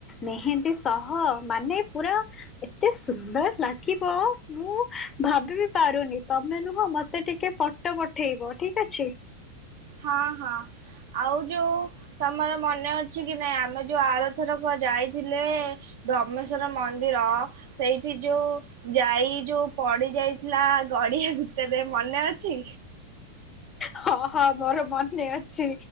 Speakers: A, on the left (about 25°); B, on the right (about 50°).
A: ନେହନ୍ଦ ସହ ମାନେ ପୁରା ଏତେ ସୁନ୍ଦର ଲାଗିବ ମୁଁ ଭାବି ବିି ପାରୁନି ତମେ ନୁହଁ ମତେ ଟିକେ ଫଟୋ ପଠେଇବ ଠିକ ଅଛି।
B: ହଁ ହଁ ଆଉ ଯୋଉ ତମର ମନେ ଅଛି କି ନାଇଁ ଆମେ ଯୋଉ ଆରଥରକୁୁ ଯାଇଥିଲେ ବ୍ରହ୍ମେଶ୍ୱଵର ମନ୍ଦିର ସେଇଠି ଯୋଉ ଯାଇ ଯୋଉ ପଡି ଯାଇଥିଲା ଗଡିଆ ଭିତରେ ମନେ ଅଛି।
A: ହଁ ହଁ ମୋର ମନେ ଅଛି।